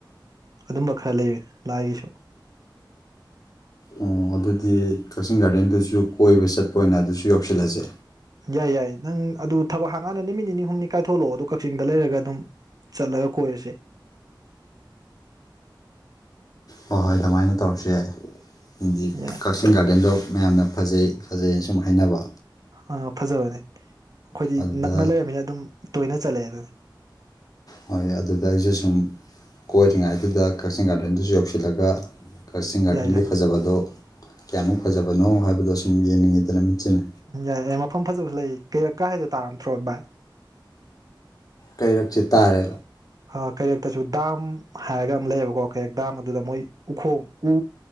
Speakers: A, on the right (about 50°); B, on the left (about 50°).
A: ꯑꯗꯨꯝꯕ ꯈꯔ ꯂꯩ ꯂꯥꯏꯒꯤꯁꯨ
B: ꯑꯣ ꯑꯗꯨꯗꯤ ꯀꯛꯆꯤꯡ ꯒꯥꯔꯗꯦꯟꯗꯨꯁꯨ ꯀꯣꯏꯕ ꯆꯠꯄ ꯑꯣꯏꯅ ꯑꯗꯨꯁꯨ ꯌꯧꯁꯤꯜꯂꯁꯦ
A: ꯌꯥꯏ ꯌꯥꯏ ꯅꯪ ꯑꯗꯨ ꯊꯕꯛ ꯍꯥꯡꯒꯥꯟꯗ ꯅꯨꯃꯤꯠ ꯅꯤꯅꯤ ꯍꯨꯝꯅꯤ ꯀꯥꯏꯊꯣꯛꯂꯛꯑꯣ ꯑꯗꯣ ꯀꯛꯆꯤꯡꯗ ꯂꯩꯔꯒ ꯑꯗꯨꯝ ꯆꯠꯂꯒ ꯀꯣꯏꯔꯁꯦ
B: ꯍꯣꯏ-ꯍꯣꯏ ꯑꯗꯨꯃꯥꯏꯅ ꯇꯧꯔꯁꯨ ꯌꯥꯏ ꯑꯩꯗꯤ
A: ꯌꯥꯏ
B: ꯀꯛꯆꯤꯡ ꯒꯥꯔꯗꯦꯟꯗꯣ ꯃꯌꯥꯝꯅ ꯐꯖꯩ-ꯐꯖꯩꯅ ꯁꯨꯝ ꯍꯥꯏꯅꯕ
A: ꯑꯥ- ꯐꯖꯕꯅꯦ ꯑꯩꯈꯣꯏꯗꯤ
B: ꯑꯗꯨꯗ
A: ꯅꯛꯅ ꯂꯩꯔꯕꯅꯤꯅ ꯑꯗꯨꯝ ꯇꯣꯏꯅ ꯆꯠꯂꯦ ꯑꯗꯨꯅꯤ
B: ꯍꯣꯏ ꯑꯗꯨꯗ ꯑꯩꯁꯨ ꯁꯨꯝ ꯀꯣꯏꯔꯤꯉꯥꯏꯗꯨꯗ ꯀꯛꯆꯤꯡ ꯒꯥꯔꯗꯦꯟꯗꯨꯁꯨ ꯌꯧꯁꯤꯜꯂꯒ ꯀꯛꯆꯤꯡ ꯒꯥꯔꯗꯦꯟꯒꯤ
A: ꯌꯥꯏ ꯌꯥꯏ
B: ꯐꯖꯕꯗꯣ ꯀꯌꯥꯃꯨꯛ ꯐꯖꯕꯅꯣ ꯍꯥꯏꯕꯗꯣ ꯁꯨꯝ ꯌꯦꯡꯅꯤꯡꯉꯤꯗꯅ ꯃꯤꯠꯁꯤꯅ
A: ꯌꯥꯏ-ꯌꯥꯏ ꯃꯐꯝ ꯐꯖꯕꯁꯨ ꯂꯩ ꯀꯩꯔꯛ ꯀꯥ ꯍꯥꯏꯗꯣ ꯇꯥꯔꯕ ꯅꯠꯊ꯭ꯔꯣ ꯚꯥꯏ
B: ꯀꯩꯔꯛꯁꯤ ꯇꯥꯔꯦ
A: ꯑꯥ ꯀꯩꯔꯦꯛꯇꯁꯨ ꯗꯥꯝ ꯍꯥꯏꯔꯒ ꯑꯃ ꯂꯩꯌꯦꯕꯀꯣ ꯀꯩꯔꯦꯛ ꯗꯥꯝ ꯑꯗꯨꯗ ꯃꯣꯏ ꯎꯈꯣꯡ ꯎ